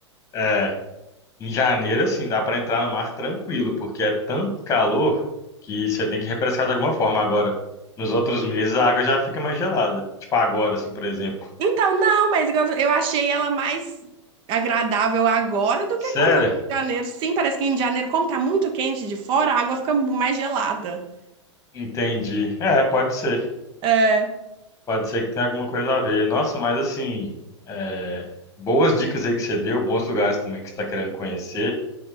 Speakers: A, on the left; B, on the right.
A: é, em janeiro assim, dá pra entrar no mar tranquilo, porque é tanto calor que você tem que refrescar de alguma forma. Agora, nos outros meses a água já fica mais gelada. Tipo agora, assim, por exemplo.
B: Então, não, mas igual eu achei ela mais agradável agora do
A: Sério?
B: que quando eu fui em janeiro. Sim, parece que em janeiro, como tá muito quente de fora, a água fica mu- mais gelada.
A: Entendi. É, pode ser.
B: É,
A: Pode ser que tenha alguma coisa a ver. Nossa, mas assim, é, boas dicas aí que você deu, bons lugares também que você está querendo conhecer.